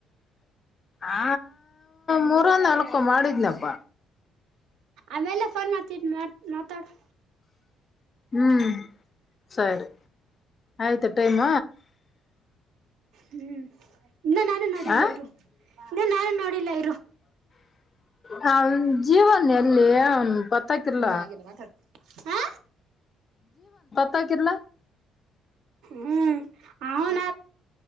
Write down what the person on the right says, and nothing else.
ಆಮೇಲೆ ಫೋನ್. ಚ ಮ ನತಾಡು.
ಹ್ಮ್ ಇನ್ನ ನಾನು ನೋಡಿಲ್ಲ
ಇರು ಇನ್ನ ನಾನು ನೋಡಿಲ್ಲ ಇರು
ಹ್ಮ ಹಾಗೆಲ್ಲ ಮಾತಾಡ್ತ. ಹಾ.
ಹ್ಮ್ ಅವನ.